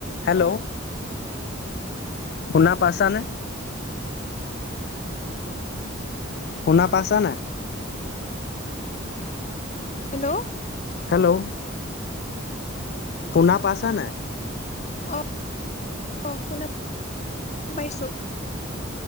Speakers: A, on the left; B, on the left.
A: Hello শুনা পাইছা নে? শুনা পাইছা নাই
B: হেল্ল
A: হেল্ল শুনা পাছা নাই
B: অ অ', শুনা পাইছো।